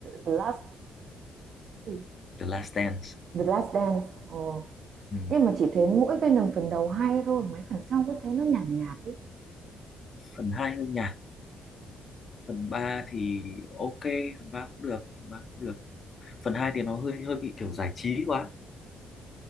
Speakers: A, on the right (about 60°); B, on the left (about 40°).
A: The Last uh,
B: The Last Dance
A: The Last Dance. Ồ.
B: ừ.
A: Nhưng mà chỉ thấy mỗi Venom phần đầu hay thôi, mấy phần sau cứ thấy nó nhàn nhạt ý.
B: phần 2 hơi nhạt phần 3 thì ok phần 3 cũng được phần 3 cũng được phần 2 thì nó hơi hơi bị kiểu giải trí quá